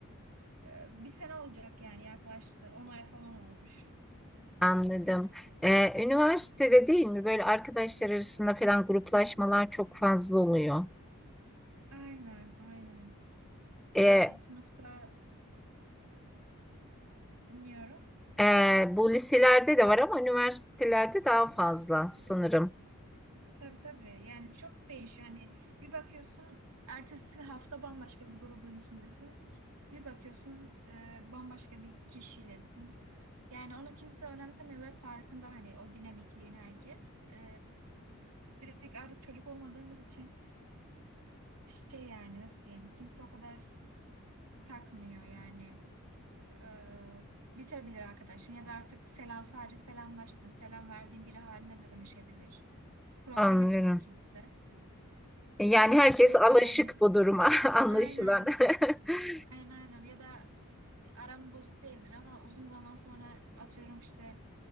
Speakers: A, on the right (about 80°); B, in the centre.
A: E, bir sene olacak yani yaklaştı. 10 ay falan olmuş.
B: anladım. Ee, üniversitede değil mi böyle arkadaşlar arasında falan gruplaşmalar çok fazla oluyor.
A: Aynen, aynen. Yani
B: Ee,
A: sınıfta dinliyorum.
B: e, bu liselerde de var ama üniversitelerde daha fazla sanırım.
A: Tabii tabii. Yani çok değişiyor. Hani bir bakıyorsun ertesi hafta bambaşka bir grubun içindesin. Bir bakıyorsun e, bambaşka bir kişiylesin. Yani onu kimse önemsemiyor ve farkında hani o dinamikliğin herkes. E, bir de artık çocuk olmadığımız için şey yani nasıl diyeyim kimse o kadar takmıyor yani. E, bitebilir arkadaşın ya da artık selam sadece selamlaştın, selam verdiğin biri haline dönüşebilir. Problem
B: Anlıyorum.
A: etmiyor kimse.
B: Yani
A: Ve
B: herkes
A: şey
B: alışık
A: böyle hani
B: bu duruma <laughs> anlaşılan.
A: Aynen.
B: <laughs>
A: aynen aynen ya da aram bozuk değildir ama uzun zaman sonra atıyorum işte